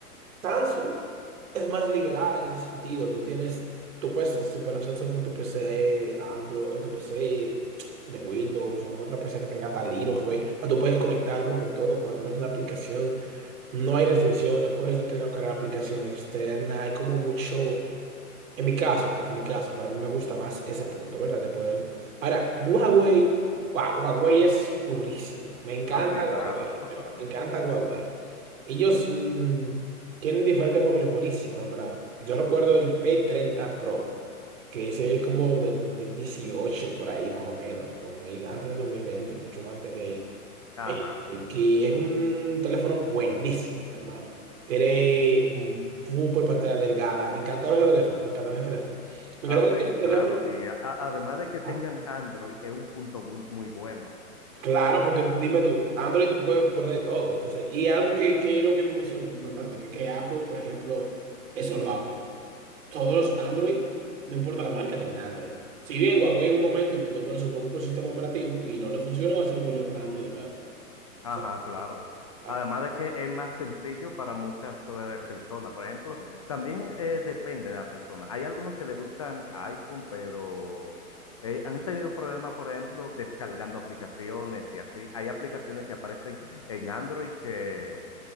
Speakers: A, on the right; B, on the left.
A: Samsung es más liberal en ese sentido. Tú tienes tu PC, si pones Samsung en tu PC, Android, en tu PC de Windows, o en otra PC que tenga tal Linux, güey. O sea, tú puedes conectarlo con todo con- a través de una aplicación. No hay restricciones, puedes descargar cualquier aplicación externa. Hay como mucho. En mi caso, en mi caso, para mí me gusta más ese punto, ¿verdad? De poder. Ahora, Huawei, Hua- Huawei es durísimo. Me encanta
B: así, claro.
A: Huawei,
B: <laughs>
A: ¿verdad? Me encanta Huawei. Ellos mm, tienen diferentes móviles buenísimos, en verdad. Yo recuerdo el p treinta Pro, que ese es como del 2018 por ahí, más o menos, 2000 antes de dos mil veinte mucho más antes de ahí
B: Ajá,
A: eh, eh, que es un teléfono buenísimo, mi hermano. Tiene mm, super pantalla delgada. Me encantaba ese teléfono, me encantaba ese teléfono. Me
B: así,
A: encantaba ese teléfono.
B: claro. Y a- a- además de que tengan
A: Ah,
B: Android, es un punto bu- muy bueno.
A: Claro, porque dime tú, Android tú puedes poner de todo. Entonces, y algo que, que es lo que me mencionó, importante, que, que Apple, por ejemplo, es solo Apple. Todos los Android, no importa la marca, tienen Android. Si bien Huawei en un momento intentó poner su propio sistema operativo y no le funcionó, así que volvió para Android de nuevo. O
B: Ajá,
A: sea,
B: claro.
A: ah,
B: Además de que es más sencillo para muchas eh, personas. Por ejemplo, también eh, depende de la persona. Hay algunos que le gustan iPhone, pero eh, han tenido problemas, por ejemplo, descargando aplicaciones y así. Hay aplicaciones que aparecen en Android que,